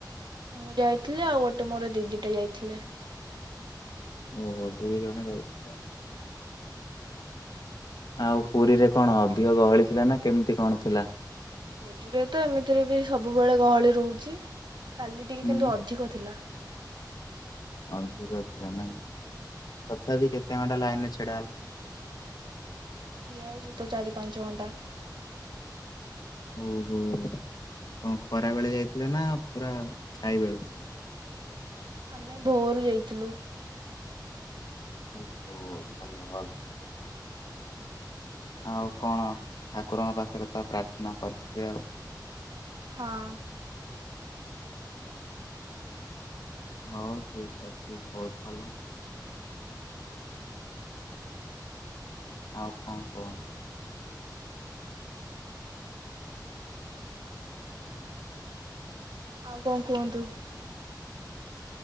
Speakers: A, on the right; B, on the left.
A: ମୁଁ ଯାଇଥିଲି ଆଉ ଗୋଟେ ମୋର ଦିଦିଟା ଯାଇଥିଲେ।
B: ଓହୋ ଦୁଇ ଜଣ ଯାଇଥିଲ? ଆଉ ପୁରୀରେ କଣ ଅଧିକ ଗହଳି ଥିଲା ନା କେମିତି କଣ ଥିଲା?
A: ପୁରୀରେ ତ ଏମିତିରେ ବି ସବୁବେଳେ ଗହଳି ରହୁଛି କାଲି ଟିକେ
B: ହୁଁ।
A: କିନ୍ତୁ ଅଧିକ ଥିଲା।
B: ହଉ ଠିକ୍ ଅଛି ତାହେଲେ। ତଥାପି କେତେ ଘଣ୍ଟା ଲାଇନରେ ଛିଡ଼ା ହେଲେ?
A: ଠିଆ ହେଇଛି ତ ଚାରି ପାଞ୍ଚ ଘଣ୍ଟା।
B: ଓହୋ କଣ ଖରା ବେଳେ ଯାଇଥିଲେ ନା ପୁରା ଛାଇ ବେଳୁ?
A: ଆମେ ଭୋରୁ ଯାଇଥିଲୁ।
B: ଓ ହୋ ଭଲ ଭଲ ଆଉ କଣ ଠାକୁରଙ୍କ ପାଖରେ ତ ପ୍ରାର୍ଥନା କରିଥିବେ ଆଉ।
A: ହଁ।
B: ହଉ ଠିକ ଅଛି ବହୁତ ଭଲ। ଆଉ କଣ କୁହ।
A: ଆଉ କଣ କୁହନ୍ତୁ।